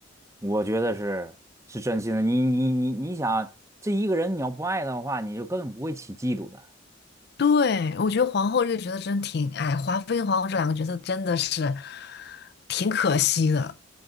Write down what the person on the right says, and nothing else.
我觉得是是真心的。你你你你想，这一个人你要不爱他的话，你就根本不会起嫉妒的。